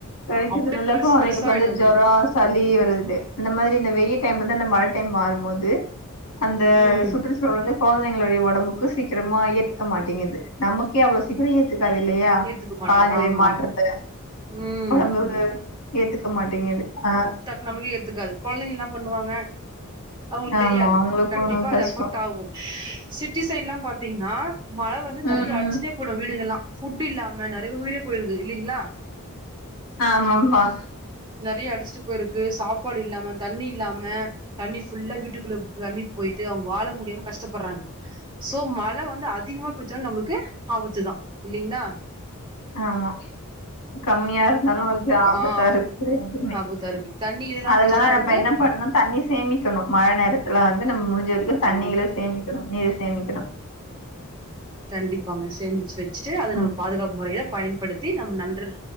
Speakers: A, on the left; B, on the right.
A: கடிக்கிறதுனால
B: அப்டியே பெருசு
A: கொழந்தைங்களுக்கு
B: பெருசா ஆயிடு
A: வந்து
B: அது
A: ஜொரோ சளி வருது இந்த மாரி இந்த வெய்யி டைம்லந்து அந்த மழ டைம் மாறும்போது அந்த
B: ம்
A: சுற்று சூ ழல் வந்து கொழந்தைங்களுடைய ஒடம்புக்கு சீக்கிரமா ஏத்துக்க மாட்டேங்குது நமக்கே அவ்ளோ சீக்கிரோ ஏத்துக்காது இல்லயா
B: ஏத்துக்க மாட்டது
A: காலநிலை
B: ஆமா
A: மாற்றத்த
B: ம்
A: ஒடம்பு ஏத்துக்க மாட்டேங்குது ஆ
B: நம்மளுக்கே ஏத்துக்காது கொழந்தைங்க என்ன பண்ணுவாங்க அவங்களுக்கு
A: ஆமா
B: தெரியாது
A: அவங்களுக்கு
B: அது கண்டிப்பா
A: கஷ்டோ
B: அது அஃபெக்ட் ஆகு சிட்டி சைட்ல்லா பாத்தீங்கன்னா மழ வந்து நெறையா
A: ம்
B: அடிச்சின்னே போய்ட்டு வீடுங்கெல்லா ஃபுட் இல்லாம நெறையா பேர் உயிரே போயிருக்கு இல்லிங்களா
A: ஆமாம்மா
B: நெறைய அடிச்சிட்டு போயிருக்கு சாப்பாடு இல்லாம தண்ணி இல்லாம தண்ணி ஃபுல்லா வீட்டுக்குள்ள தண்ணி போயிட்டு அவங்க வாழ முடியாம கஷ்டப்பட்றாங்க சோ மழ வந்து அதிகமா போச்சாலு நம்மளுக்கு ஆபத்து தா இல்லிங்ளா
A: ஆமா கம்மியா இருந்தாலு அது ஆபத்தாருக்கு
B: ஆ
A: ரெண்டுமே
B: <unintelligible>
A: அதுனால
B: கஷ்டமா
A: நம்ம
B: இருக்கு
A: என்ன பண்ணு தண்ணி சேமிக்கணு மழ நேரத்துல வந்து நம்ம முடிஞ்ச வரைக்கு
B: ஆ
A: தண்ணிகள சேமிக்கணு நீர சேமிக்கணு
B: கண்டிப்பாங்க சேமிச்சு வெச்சுட்டு அத
A: ம்
B: நம்ம பாதுகாப்பு முறையில பயன்படுத்தி நம்ம நன்றல்